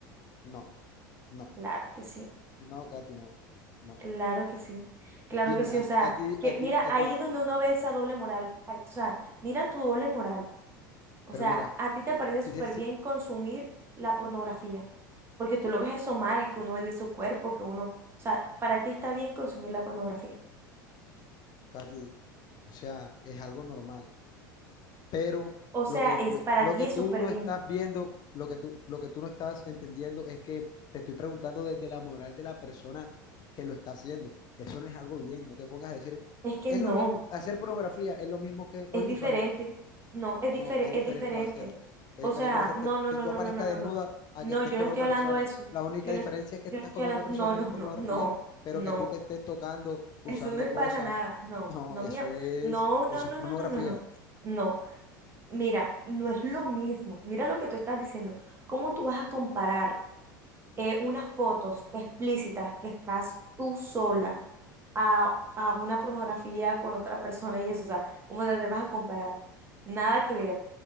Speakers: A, on the left; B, on the right.
A: No, no,
B: Claro que sí,
A: no, Katy, no, no.
B: claro que sí, claro
A: Dime,
B: que sí.
A: a,
B: O sea,
A: a ti,
B: que
A: a
B: mira,
A: ti, a
B: ahí
A: ti,
B: es donde uno ve esa doble moral. ay, o sea, mira tu doble moral. O
A: pero
B: sea,
A: mira,
B: a ti te parece
A: sí,
B: súper
A: sí, sí,
B: bien consumir la pornografía Porque tú lo ves eso mal, que uno vende su cuerpo, que uno, o sea, para ti está bien consumir la pornografía.
A: Katy, o sea, es algo normal. Pero
B: O sea,
A: lo que
B: es,
A: yo,
B: para
A: lo
B: ti
A: que
B: es
A: tú
B: súper
A: no
B: bien.
A: estás viendo, lo que tú, lo que tú no estás entendiendo es que te estoy preguntando desde la moral de la persona que lo está haciendo. Eso no es algo bien, no te pongas a decir,
B: Es que
A: es
B: no,
A: lo mismo, hacer pornografía es lo mismo que
B: es
A: OnlyFans.
B: diferente. No, es difere-
A: No, qué diferente
B: es diferente.
A: va a ser. Qué
B: O
A: diferente
B: sea,
A: va a ser
B: no,
A: que,
B: no,
A: que
B: no,
A: tú
B: no,
A: aparezcas
B: no, no, no,
A: desnuda
B: no.
A: a
B: No,
A: que estés
B: yo
A: con
B: no estoy
A: otra
B: hablando
A: persona.
B: de eso.
A: La única
B: Yo no,
A: diferencia es que
B: yo
A: estás
B: no estoy
A: con
B: hablando,
A: otra persona
B: no, no,
A: en la pornografía,
B: no, no,
A: pero
B: no.
A: que tú te estés tocando, usando
B: Eso no es
A: cosas.
B: para nada. No,
A: No,
B: no,
A: eso
B: mío.
A: es,
B: No, no,
A: eso
B: no,
A: es pornografía.
B: no, no, no, no. No, mira, no es lo mismo. Mira lo que tú estás diciendo. ¿Cómo tú vas a comparar? eh, unas fotos explícitas que estás tú sola a, a una pornografía con otra persona y eso, o sea, ¿cómo te vas a comparar? Nada que ver.